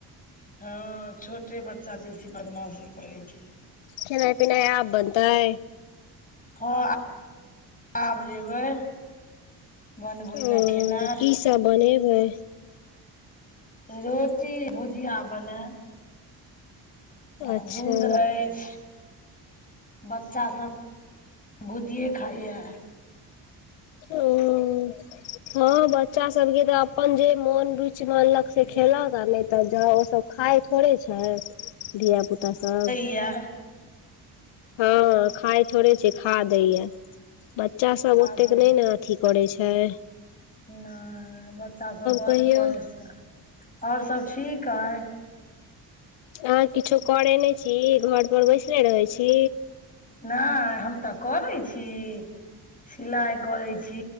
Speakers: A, on the left (about 20°); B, on the left (about 80°).
A: हँ छोटे बच्चा बेसी बदमाशी करै छै।
B: खेनाइ- पिनाइ आब बनतै।
A: हँ आब जेबै। बनबै
B: ओ
A: लेए खेनाइ।
B: की सब बनेबै।
A: रोटी भुजिया बनेब। आ
B: अच्छा
A: दूध अइछ। बच्चा सब भुजिए खाइए।
B: ओ हँ बच्चा सब के तऽ अपन जे मोन रुइच मानलक से खेलक आ नैह तऽ जाओ सब। खाय थोड़े छय, धिया- पुता सब।
A: किए
B: हँ खााय थोड़े छै, खा दै य बच्चा सब
A: खा
B: ओतेक
A: दै
B: नै न की करै छय
A: नय बच्चा सब बड़
B: कहियौ
A: परैसां और सब ठीक आइ।
B: अहाँ किछो करै नै छी घर पर बैसले रहै छी।
A: नाइ हम तऽ करै छी। सिलाइ करै छी।